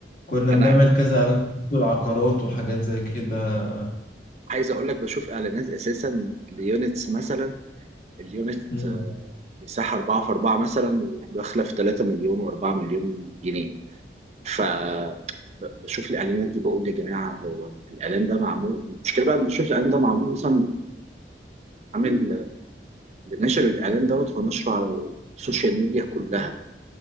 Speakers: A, on the left (about 50°); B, on the right (about 40°).
A: كنا
B: انا
A: بنعمل كذا اعلان في العقارات وحاجات زي كده
B: عايز اقول لك بشوف اعلانات اساسا ليونتس مثلا اليونت
A: مم.
B: آه، مساحه 4 في 4 مثلا وداخله في 3 مليون و4 مليون جنيه ف ب- بشوف الاعلانات دي بقول يا جماعه هو الاعلان ده معمول المشكله بقى إن بشوف الاعلان ده معمول مثلا عامل اللي نشر الاعلان دوت هو نشره على السوشيال ميديا كلها